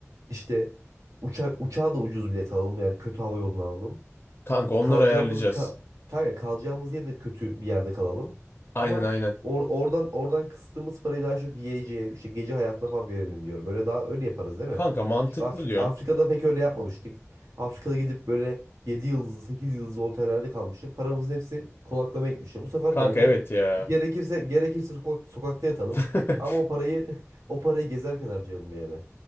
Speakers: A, on the right; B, on the left.
A: İşte uça uçağa da ucuz bilet alalım yani kötü hava yolunu alalım.
B: kanka onları
A: kalacağımız
B: ayarlayacağız.
A: ka kanka kalacağımız yerde kötü bir yerde kalalım.
B: Aynen
A: Ama
B: aynen.
A: or oradan oradan kıstığımız parayı daha çok yiyeceğe, işte gece hayatına falan verelim diyorum. Böyle daha öyle yaparız değil mi?
B: Kanka mantıklı
A: Çünkü Afrika
B: diyorsun.
A: Afrika'da pek öyle yapmamıştık. Afrika'da gidip böyle 7 yıldızlı, 8 yıldızlı otellerde kalmıştık Paramızın hepsi konaklamaya gitmişti. Bu sefer
B: Kanka
A: kanka
B: evet ya.
A: gerekirse gerekirse sokak, sokakta yatalım.
B: <laughs>
A: Ama o parayı <laughs> o parayı gezerken harcayalım yani.